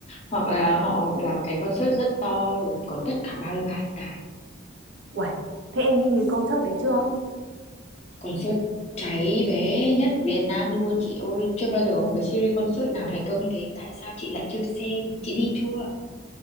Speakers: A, on the left; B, on the right.
A: hoặc là họ làm cái concert rất to có tất cả 33 anh tài
B: uầy thế em đi concert đấy chưa
A: concert cháy vé nhất Việt Nam luôn chị ơi chưa bao giờ có một cái series concert nào thành công như thế tại sao chị lại chưa xem chị đi chưa